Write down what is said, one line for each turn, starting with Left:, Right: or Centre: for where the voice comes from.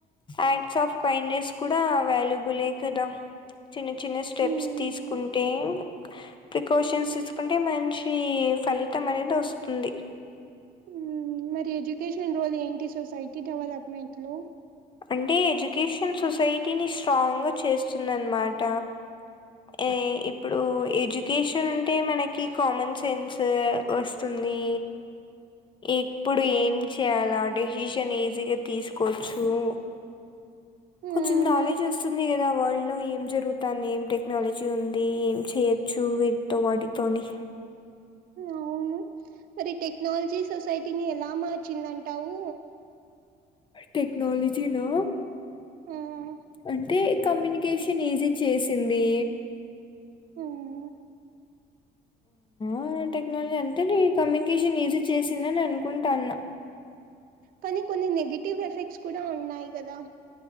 Left: యాక్ట్స్ ఆఫ్ కైండ్నెస్ కూడా వాల్యుబులే కదా చిన్న చిన్న స్టెప్స్
Right: మ్మ్
Left: తీసుకుంటే ప్రికాషన్స్
Right: మ్మ్
Left: తీసుకుంటే మంచి ఫలితం అనేది వస్తుంది.
Right: హ్మ్ మరి ఎడ్యుకేషన్ రోల్ ఏంటి సొసైటీ డెవలప్మెంట్ లో
Left: అంటే ఎడ్యుకేషన్ సొసైటీని స్ట్రాంగ్ గా చేస్తుందనమాట అ ఇప్పుడు ఎడ్యుకేషన్ ఉంటే మనకి కామన్ సెన్స్ వస్తుంది ది ఇప్పుడు ఏం చేయాలి డెసిషన్ ఈజీగా తీసుకోవచ్చు ఉ
Right: మ్మ్
Left: కొంచెం నాలెడ్జ్ వస్తుంది కదా వాళ్ళ లో ఏం జరుగుతాంది ఏం టెక్నాలజీ ఉంది ఏం చేయొచ్చు వీటితో వాటితో అని
Right: అవును మరి టెక్నాలజీ సొసైటీని ఎలా మార్చిందంటావు
Left: టెక్నాలజీలో
Right: మ్మ్
Left: అంటే కమ్యూనికేషన్ ఈజీ చేసింది.
Right: మ్మ్
Left: ఆ టెక్నాలజీ అంటేనే కమ్యూనికేషన్ ఈజీ చేసిందని అనుకుంటాన్న
Right: కానీ కొన్ని నెగిటివ్ ఎఫెక్ట్స్ కూడా ఉన్నాయి కదా